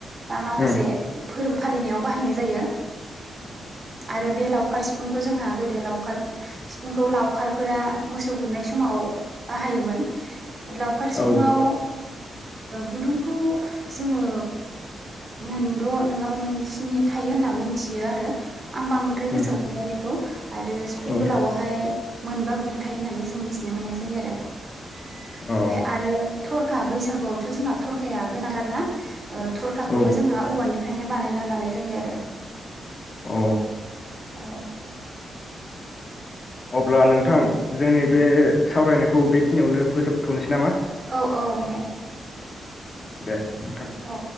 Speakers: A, on the right; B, on the left.
A: बा माखासे
B: औ
A: फोरबो फालिनायाव बाहायनाय। जायो आरो लावखार सिफुंखौ जोंहा गोदो <unintelligible> लावखार सिफुंखौ लावखारफोरा मोसौ गुमनाय समाव बाहायोमोन लावखार सिफुुंआव
B: औ
A: गुदुंखौ जोङो मोनद' नङाबा मोनसिनि थायो होनना मिथियो आरो। आं बांद्राय गोसोआव
B: उम
A: गैला बेखौ आरो सिफुं
B: औ
A: गोलावावहाय मोनबा गुदुं थायो होननानै जों मिथिनो मोननाय जायो
B: अ
A: आरो। थरखा बैसागोआवथ' जोंना थरखाया गोनांथारना। थरखाखौबो
B: औ
A: जोंहा औवानिफ्रायनो बानायना लानाय जायो आरो।
B: अ।
A: औ।
B: अब्ला नोंथां जोंनि बे सावरायनायखौ बेखिनियावनो फोजोबथ'नोसै नामा।
A: औ औ दे
B: दे नोंथां
A: औ।